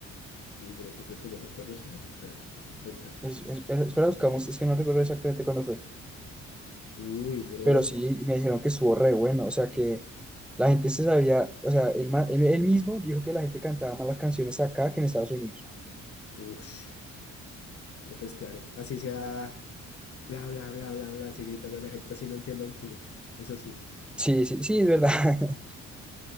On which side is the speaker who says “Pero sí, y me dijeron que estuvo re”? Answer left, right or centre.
Centre